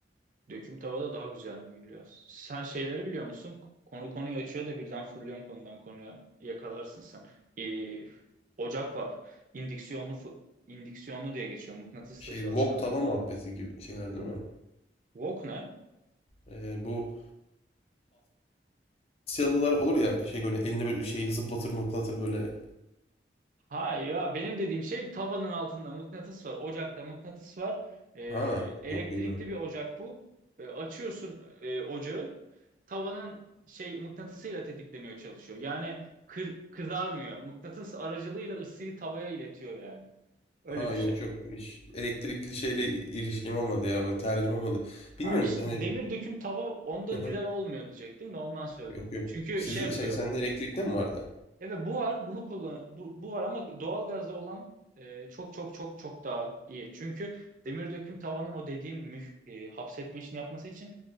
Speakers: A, on the right; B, on the left.
A: Döküm tavada daha güzel mühürlüyor. Sen şeyleri biliyor musun? Konu konuyu açıyor da birden fırlıyorsun konudan konuya. Yakalarsın sen. E, ocak var. İndüksiyonlu, fı- indüksiyonlu diye geçiyor. Mıknatısla
B: Şey
A: çalışan.
B: wok tava muhabbeti gibi şeyler değil mi?
A: Wok ne?
B: E, bu Asyalılar olur ya şey böyle elinde böyle şeyi zıplatır mıplatır böyle.
A: Hayır ya benim dediğim şey tavanın altında mıknatıs var. Ocakta mıknatıs var. Ee,
B: Ha
A: elektrikli
B: yok bilmiyorum.
A: bir ocak bu. Ee, açıyorsun e, ocağı. Tavanın şey mıknatısıyla tetikleniyor çalışıyor. Yani kır, kızarmıyor. Mıknatıs aracılığıyla ısıyı tavaya iletiyor yani. Öyle
B: Aa
A: bir
B: yok
A: şey.
B: yok. Hiç elektrikli şeyle ilişkim olmadı ya. O tercih olmadı.
A: Ha
B: Bilmiyorum
A: işte
B: hani
A: demir döküm tava onda
B: Hı
A: güzel
B: hı.
A: olmuyor diyecektim de ondan söyledim.
B: yok yok.
A: Çünkü
B: Sizin
A: şey yapıyor.
B: şey sende elektrikte mi vardı?
A: Evet bu var, bunu kullan bu, bu var ama doğalgazda olan e, çok çok çok çok daha iyi. Çünkü demir döküm tavanın o dediğin müh, e, hapsetme işini yapması için